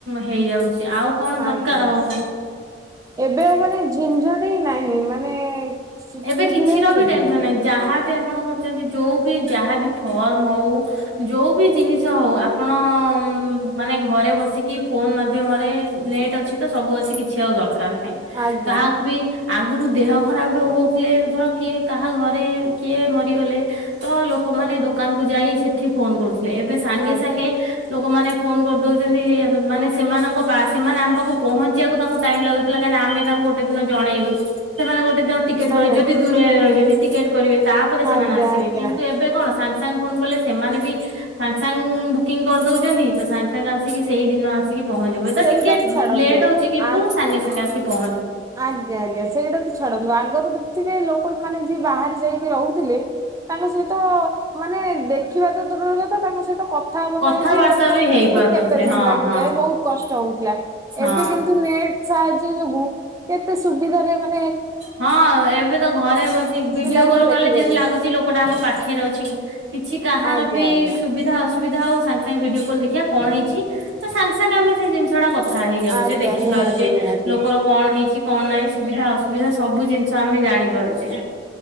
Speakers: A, on the right (about 85°); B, on the right (about 20°).
A: ହେଇଯାଉଛି ଆଉ କଣ ଦରକାର
B: ଆଜ୍ଞା
A: ହଉ
B: ଏବେ ଆଉ ମାନେ ଝିଞ୍ଝଟବ ହିଁ ନାହିଁ ମାନେ ସୁ
A: ଏବେ
B: ସୁବିଧା
A: କିଛିର
B: ହିଁ ସୁବିଧା।
A: ବି ଟେନସନ ନାହିଁ ଯାହାବି ଆପଣ ଗୋଟ ଚନ୍ତି ଯଉ ବି ଯାହାବ ଫର୍ମ ହଉ ଯୋଉ ବି ଜିନିଷ ହଉ ଆପଣ ଉମ ମାନେ ଘରେ ବସିକି ଫୋନ ମାଧ୍ୟମରେ ନେଟ୍ ଅଛି ତ ସବୁ ଅଛି କିଛି ଆଉ ଦରକାର କାର ନାହିଁ
B: ଆଜ୍ଞା
A: କାହାକୁ ବି ଆଗରୁ ଦେହ ଖରାପ ହଉ ଥିଲେ ଧର କିଏ କାହା ଘରେ କିଏ ମରିଗଲେ ତ ଲୋକମାନେ ଦୋକାନ କୁ ଯାଇ ସେଠି ଫୋନ କରୁ ଏବେ ସାଙ୍ଗେ
B: ଆଜ୍ଞା
A: ସାଙ୍ଗେ ଲୋକମାନେ ଫୋନ କରିଦଉଛନ୍ତି ଏ ମାନେ ସେମାନଙ୍କ ପା ସେମାନେ ଆମ ପାଖକୁ ପହଞ୍ଚିବାକୁ ତାଙ୍କୁ ଟାଇମ ଲାଗୁଥିଲା କାହିଁକିନା ଆମେ ତାଙ୍କୁ ଗୋଟେ ଦିନ ଜଣେଇବୁ ସେମାନେ ଗୋଟେ ଦିନ ଟିକେଟ୍
B: ନାଇଁ
A: କରି
B: ନାଇଁ
A: ଯଦି ଦୂରରେ ରହିଛନ୍ତି ଟିକେଟ୍ କରିବେ ତାପରେ ସେମାନେ
B: ଆଜ୍ଞା
A: ଆସିବେ
B: ଆଜ୍ଞା
A: କିନ୍ତୁ ଏବେ କଣ ସାଙ୍ଗସଙ୍ଗ ଫୋନ୍ କଲେ ସେମାନେ ବି ସାଙ୍ଗ ସାଙ୍ଗ ବୁକିଂ କରିଦଉଛନ୍ତି ତ ସାଙ୍ଗ ସାଙ୍ଗ ଆସିକି ସେଇ ଦିନ ଆସିକି ପହଞ୍ଚିବ ହୁଏ
B: ସେଇଟା
A: ତ ଟିକେ
B: ଛାଡନ୍ତୁ
A: ଲେଟ୍ ହଉଛି କିନ୍ତୁ
B: ଆ
A: ସାଙ୍ଗେ ସାଙ୍ଗେ ଆସିକି ପହ
B: ଆଜ୍ଞା ଆଜ୍ଞା ସେଇଟା ତୁ ଛାଡନ୍ତୁ ଆଗରୁ ବି ଥିବେ ଲୋକ ମାନେ ଯିଏ ବାହାରେ ଯାଇକି ରହୁଥିଲେ ତାଙ୍କ ସହିତ ମାନେ ଦେଖିବା ତ ଦୂରରକଥା ତାଙ୍କ ସହିତ କଥା ହବା
A: କଥାବାର୍ତ୍ତା
B: ପାଇଁ ବି ଲୋକଙ୍କୁ
A: ହେଇ ପାରୁନଥିଲେ
B: କେତେ ଦିନ
A: ହଁ
B: ଲାଗିଯାଏ
A: ହଁ
B: ବହୁତ କଷ୍ଟ ହଉଥିଲା
A: ହଁ।
B: ଏବେ କିନ୍ତୁ ନି ନେଟ ସାହାଯ୍ୟ ରେ ହୋଉ କେତେ ସୁବିଧାରେ ମନେ
A: ହଁ ଏବେ ତ ଘରେ ବସି ଭିଡିଓ
B: ପିଲାଙ୍କୁ
A: କଲ୍ କଲେ
B: ଦେଖିଦେଲେ।
A: ଯେମତି ଲାଗୁଛି ଲୋକଟା ଆମ ପାଖରେ ଅଛି କି କିଛି କାହାର
B: ଆଜ୍ଞା
A: ବି
B: ଆଜ୍ଞା
A: ସୁବିଧା ଅସୁବିଧା ହଉ ସାଙ୍ଗେ ସାଙ୍ଗେ ଭିଡିଓ କ କଲୁ ଦେଖିବା କଣ ହେଇଛି ତ ସାଙ୍ଗ ସାଙ୍ଗେ ସାଙ୍ଗେ ଆମେ ସେ ଜିନିଷ ଟା କଥା ହେଇଯାଉଛେ
B: ଆଜ୍ଞା
A: ଦେଖିପାରୁଛେ
B: ନିହାତି ନିହାତି।
A: ଲୋକର କଣ ହେଇଛି କଣ ନାହିଁ ସୁବିଧା ଅସୁ ସୁବିଧା ସବୁ ଜିନିଷ ଆମେ ଜାଣିପାରୁଚେ।